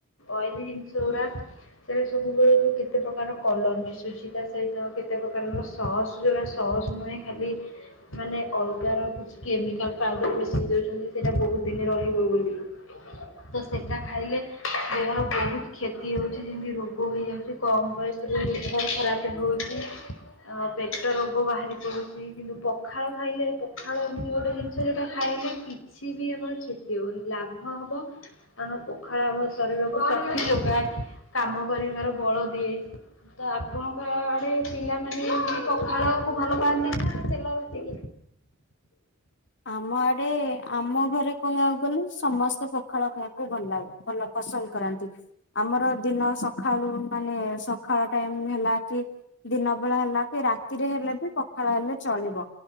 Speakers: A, on the left (about 85°); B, on the left (about 60°).
A: ଅଏଲି ଜିନିଷ ଗୁରା। ସେଟ ସବୁବେଳେ ଯୋଉ କେତେ ପ୍ରକାର କଲର ମିଶୁଛି ତା ସହିତ କେତେ ପ୍ରକାରର ସସ୍ ଯେଉରା ସସ୍ ନୁହେଁ ଖାଲି ମାନେ ଅଲଗା ର କିଛି କେମିକାଲ ପାଉଡର ମିଶେଇ ଦେଉଛନ୍ତି। ସେଇଟା ବହୁତ ଦିନ ରହିବ ବୋଲି। ତ ସେଟା ଖାଇଲେ ଦେହର ବହୁତ କ୍ଷତି ହଉଛି ଯେମିତି ରୋଗ ହେଇଯାଉଛି। କମ ବୟସରେ ଲିଭର ଖରାପ ହଉଛି। ଆ ପେଟ ରୋଗ ବାହାରି ପଡୁଛି କିନ୍ତୁ ପଖାଳ ଖାଇଲେ ପଖାଳ ଏମିତି ଗୋଟେ ଜିନିଷ ଟା ଖାଇଲେ କିଛି ବି ଆମର କ୍ଷତି ହେଉନି ଲାଭ ହେବ। ଆମ ପଖାଳ ଆମ ଶରୀରକୁ ଶକ୍ତି ଯୋଗାଏ କାମ କରିବାର ବଳ ଦିଏ। ତ ଆପଣଙ୍କ ଆଡେ ପିଲାମାନୋନ ଏମତି ପଖାଳ କୁ ଭଲ ପାଆନ୍ତି ନା ତେଲ ଭାସି
B: ଆମ ଆଡେ ଆମ ଘରେ କହିବାକୁ ଗଲେ ସମସ୍ତେ ପଖାଳ ଖାଇବାକୁ ଭଲ ଲାଗେ। ମନ ପସନ୍ଦ କରାନ୍ତି। ଆମର ଦିନ ସକାଳୁ ମାନେ ସକାଳ ଟାଇମ ହେଲା କି ଦିନ ବେଳା ହେଲା କି ରାତିରେ ହେଲେ ବି ପଖାଳ ହେଲେ ଚଳିବ।